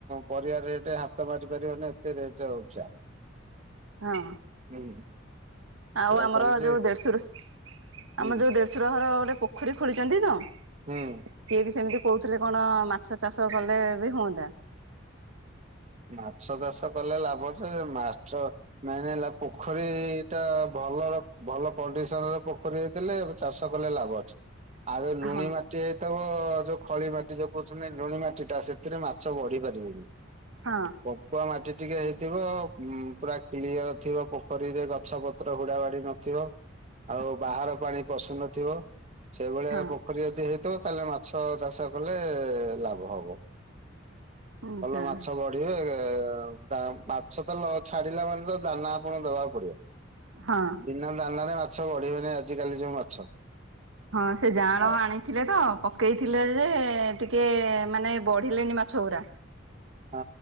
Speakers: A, on the right; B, on the right.
A: ପରିବା ରେଟ ହାତ ହାତ ମାରିପାରିବନି ଏତେ ରେଟ ଉଞ୍ଚା।
B: ହଁ।
A: ହୁଁ।
B: ଆଉ
A: ଏଇଆ
B: ଆମର
A: ଚାଲିଛି
B: ଯୋଉ ଦେଢଶୁର,
A: ହୁଁ
B: ଆମର ଯୋଉ ଦେଢଶୁର ଘର ଗୋଟେ ପୋଖରୀ ଖୋଳିଛନ୍ତି ତ। ସିଏ
A: ହୁଁ।
B: ବି ସେମିତି କହୁଥିଲେ କଣ ମାଛ ଚାଷ କଲେ ବି ହୁଅନ୍ତା।
A: ମାଛ ଚାଷ କଲେ ଲାଭ ଯେ, ମାଛ ମେନ ହେଲା ପୋଖରୀ ଟା ଭଲର ଭଲ କଣ୍ଡିସନର ପୋଖରୀ ହେ ଥିଲେ ଚାଷ କଲେ ଲାଭ ଅଛି।
B: <inaudible>
A: ଆଉ ଏ ଲୁଣି
B: ହଁ
A: ମା ଟି ହେଇଥବ ଯୋଉ ଖଳି ମାଟି, ଯୋଉ କହୁଛନ୍ତି ଲୁଣି ମାଟି ଟା ସେଥିରେ ମାଛ ବଢି ପାରିବେନି।
B: ହଁ।
A: ପଙ୍କୁଆ ମାଟି ଟିକେ ହେଇଥିବ। ଉଁ ପୁରା କ୍ଲିଅର ଥିବ ପୋଖରୀରେ ଗଛପତ୍ର ହୁଡ଼ା ବାଡ଼ି ନଥିବ।
B: <inaudible>
A: ଆଉ ବାହାର ପାଣି ପଶୁନଥିବ। ସେଇଭଳିଆ
B: ହଁ
A: ପୋଖରୀ ଯଦି ହେଇଥବ ତାହଲେ ମାଛ ଚାଷ କଲେ ଲାଭ ହବ।
B: ଉଁ
A: ଭଲ
B: ହଁ
A: ମାଛ ବଢିବେ। ତା ମାଛ ତଲ ଛାଡିଲା ମାନେ ତ ଦାନା ଆପଣଙ୍କୁ ଦବାକୁ ପଡିବ।
B: ହଁ।
A: ବିନା ଦାନାରେ ମାଛ ବଢିବେନି ଆଜିିକାଲି ଯୋଉ ମାଛ।
B: ହଁ ସେ ଯାଅଁଳ
A: ଆଉ
B: ଆଣିଥିଲେ ତ ପକେଇଥିଲେ ଯେ ଟିକେ ମାନେ ବଢିଲେନି ମାଛଗୁରା।
A: ହଁ